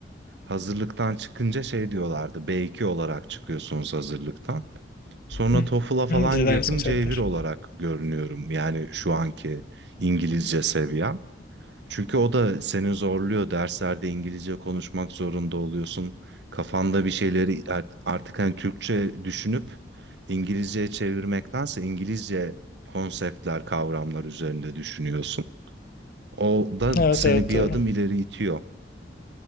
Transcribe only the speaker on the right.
hazırlıktan çıkınca şey diyorlardı. B2 olarak çıkıyorsunuz hazırlıktan. Sonra
TOEFL'a falan
girdim
C1 olarak görünüyorum. Yani şu anki İngilizce seviye. Çünkü o da seni zorluyor. Derslerde İngilizce konuşmak zorunda oluyorsun. Kafanda bir şeyleri art- artık hani Türkçe düşünüp İngilizceye çevirmektense İngilizce konseptler, kavramlar üzerinde düşünüyorsun. O da
seni
bir
adım ileri itiyor.